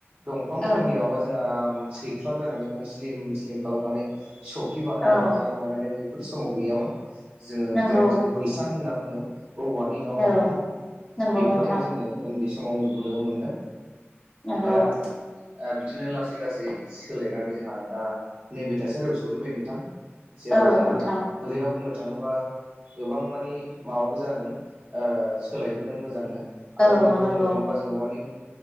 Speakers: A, on the right; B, on the left.
A: दंफांफोरनि
B: औ
A: माबा जों आराम सैख्लाबलायनानै माने स्लिम स्लिम खालामनानै सौखि बानायनाय
B: औ
A: एबा फालें बानायनाय बेफोर समाव गैयामोन। जोङो
B: नंगौ
A: जायखौ जों बैसां होनना बुङो औवानि नङा होमब्ला
B: औ
A: नोंथां।
B: नंगौ
A: बेफोरावनो
B: नोंथां
A: जोङो उन्दै समाव उन्दुबोनोबो मोनदों।
B: नंगौ
A: दा ओ बिदिनो लासै लासै सोलायनानै जोंहा दा नैबे थासारियाव सहैबाय नोंथां। जेराव
B: औ
A: जोंहा
B: नोंथां
A: बोरैबा बुंनो थाङोबा गोबां मानि माबाबो जादों ओ सोलायबोदों मोजांनो‌। आरो
B: औ
A: बोरैबा
B: नंगौ
A: बुंनो थाङोबा जोङो मानि